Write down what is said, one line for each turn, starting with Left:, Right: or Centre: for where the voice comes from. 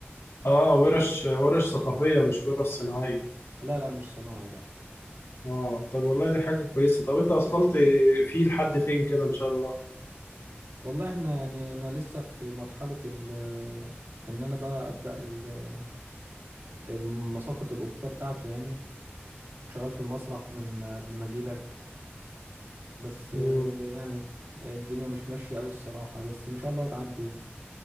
Left: اه ورش ورش ثقافية مش ورش صناعية
Right: لا لا مش صناعي لا
Left: اه طب والله دي حاجة كويسة طب انت وصلت فيه لحد فين كده ان شاء الله
Right: والله احنا يعني انا لسه في مرحلة ال ان انا بقى ابدأ ال- المساقط الافقية بتاعته يعني كنت شغال في المسرح من قبل ما اجيلك بس
Left: مم.
Right: آه، يعني الدنيا مش ماشية اوي الصراحة بس ان شاء الله هتعدي يعني